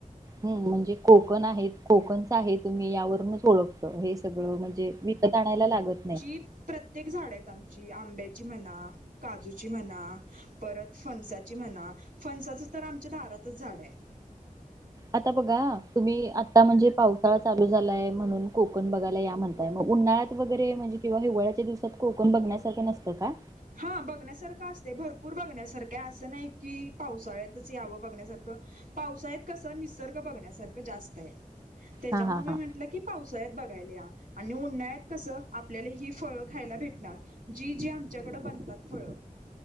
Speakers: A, on the right; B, on the right.
A: हूं म्हणजे कोकण आहेत, कोकणच आहे तुम्ही यावरूनच ओळख त हे सगळं म्हणजे विकत आणायला लागत नाही.
B: प्रत कित्येक झाड आहेत आमची आंब्याची म्हना, काजूची म्हणा. परत फणसाची म्हणा, फणसाचं तर आमच्या दारातच झाड आहे.
A: आता बघा तुम्ही आता म्हणजे पावसाळा चालू झालाय म्हणून कोकण बघायला या म्हण काय मगं उन्हाळ्यात वगैरे म्हणजे किंवा हिवाळ्याच्यादिवसात कोकण बघण्यासारखं नसतं का?
B: हा बघण्यासारखं असतेय, भरपूर बघण्यासारखं असं नाही की पावसाळ्यातच यावं बघण्यासारखं. पावसाळ्यात कस निसर्ग बघण्यासारखं जास्त आहे त्याच्यामुळ
A: हा हा
B: मी
A: हा
B: म्हटलं की पावसाळ्यात बघायला या, आणि उन्हाळ्यात कसं आपल्याला हि फळं खायला भेटणार. जी, जी आमच्याकडे बनतात फळ